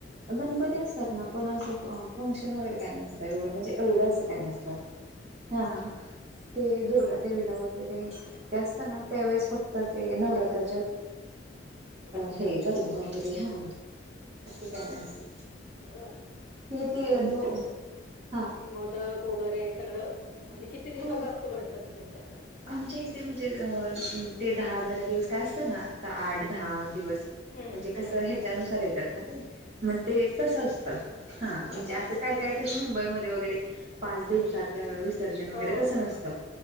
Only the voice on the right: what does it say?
गणपती असतात ना पण असं फंक्शन वगैरे काय नसतं एवढं म्हणजे एवढं असं काही नसत
हा
ते दुर्गा
देेवीला
वगैरे ते असत ना त्यावेळेस
फक्त ते
नवरात्रा
गर् वरे हा काय
नाही असं
हे ते
दो हा
हो
आमच्या इथे म्हणजे अ ते दहा बारा दिवस काय असतं ना? आठ दहा दिवस.
म्हणजे कस
ह्याच्यानुसार येतात, ना ते मग ते तस असतं हा म्हणजे
असं काय काय मुबई वरे पाच दिवसर्न
व
तस नत,